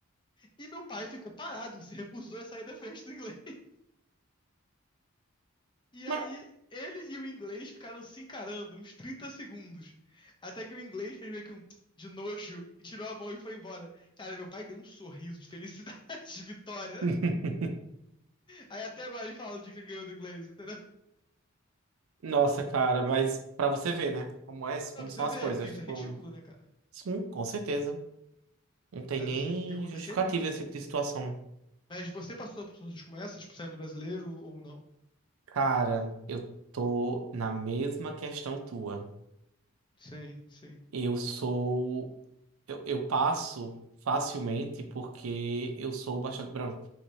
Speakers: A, on the left; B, on the right.
A: E meu pai ficou parado, se recusou a sair da frente do inglês. E
B: Mas...
A: aí, ele e o inglês ficaram se encarando uns 30 segundos. Até que o inglês fez meio que um <tsk> de nojo, e tirou a mão e foi embora. Cara, meu pai deu um sorriso de felicidade, <laughs> de vitória.
B: <laughs>
A: Aí até agora ele fala o dia que ele ganhou do inglês, entendeu?
B: Nossa, cara, mas pra você ver, né? Como é,
A: Não,
B: como
A: pra
B: são
A: você ver,
B: as coisas.
A: porque isso
B: Tipo,
A: é ridículo, né, cara?
B: sim, com certeza. Não tem
A: Mas,
B: nem
A: Assim, e acontecia
B: justificativa
A: muito.
B: esse tipo de situação.
A: Mas você passou por situações como essa, tipo, saindo brasileiro ou não?
B: Cara, eu tô na mesma questão tua.
A: Sim, sim,
B: Eu sou. Eu, eu passo facilmente porque eu sou bastante branco.